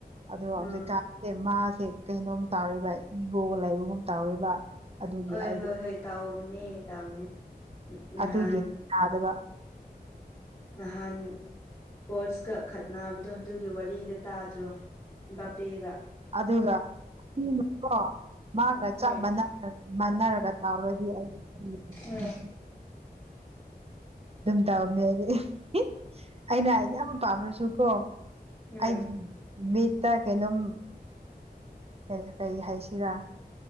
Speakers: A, on the right (about 40°); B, on the left (about 25°).
A: ꯑꯗꯣ ꯍꯧꯖꯤꯛꯀꯥꯟ
B: ꯎꯝ
A: ꯃꯥꯁꯦ ꯀꯩꯅꯣꯝ ꯇꯧꯔꯤꯕ ꯏꯒꯣꯒ ꯂꯩꯕꯒꯨꯝ ꯇꯧꯔꯤꯕ ꯑꯗꯨꯒꯤ
B: ꯍꯣꯏ
A: ꯑꯩꯗꯣꯣ
B: ꯍꯣꯏ ꯍꯣꯏ ꯇꯥꯎꯕꯅꯦ ꯇꯥꯎꯕꯅꯦ ꯅꯍꯥꯟ
A: ꯑꯗꯨꯒꯤ ꯅꯥꯗꯕ
B: ꯅꯍꯥꯟ ꯀꯣꯔꯁꯀꯛꯈꯠꯅꯕꯗꯣ ꯑꯗꯨꯒꯤ ꯋꯥꯔꯤꯗ ꯇꯥꯗ꯭ꯔꯣ ꯕꯄꯦꯒ
A: ꯑꯗꯨꯒꯅꯀꯣ ꯃꯥꯒ
B: ꯍꯣꯏ
A: ꯆꯞ ꯃꯥꯟꯅ ꯃꯥꯟꯅꯔꯒ ꯀꯥꯎꯔꯗꯤ ꯑꯩꯅꯤ
B: ꯎꯝ
A: ꯑꯗꯨꯝ ꯇꯧꯔꯅꯦ ꯑꯩ ꯑꯩꯅ ꯑꯩ ꯌꯥꯝ ꯄꯥꯝꯃꯁꯨꯀꯣ
B: ꯎꯝ
A: ꯑꯩꯒꯤ ꯃꯤꯠꯇ ꯀꯩꯅꯣꯝ ꯀ ꯀꯔꯤ ꯍꯥꯏꯁꯤꯔꯥ